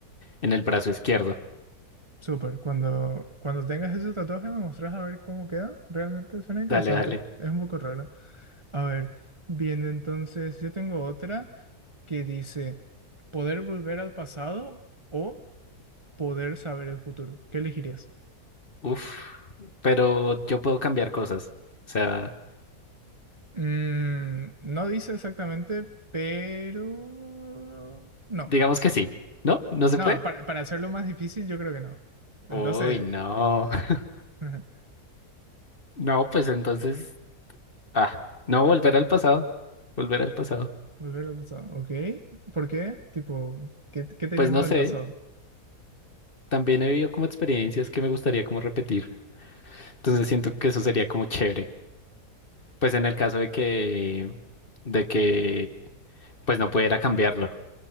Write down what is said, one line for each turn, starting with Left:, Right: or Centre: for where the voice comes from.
Left: en el brazo izquierdo.
Right: Súper, cuando, cuando tengas ese tatuaje me mostrás a ver cómo queda. Realmente suena interesante,
Left: Dale, dale.
Right: es un poco raro. A ver, bien, entonces yo tengo otra que dice, ¿poder volver al pasado o poder saber el futuro? ¿Qué elegirías?
Left: Uf, pero yo puedo cambiar cosas. O sea,
Right: Mm, no dice exactamente, pero... No,
Left: digamos que sí. ¿No? ¿No se
Right: no,
Left: puede?
Right: para, para hacerlo más difícil yo creo que no. Entonces,
Left: Uy, no. <laughs>
Right: <laughs>
Left: No, pues entonces Ah, no, volver al pasado, volver al pasado.
Right: volver al pasado, ¿ok? ¿Por qué? Tipo, ¿qué, qué te
Left: Pues
Right: llama
Left: no
Right: del
Left: sé,
Right: pasado?
Left: también he vivido como experiencias que me gustaría como repetir. Entonces siento que eso sería como chévere. Pues en el caso de que, de que, pues no pudiera cambiarlo.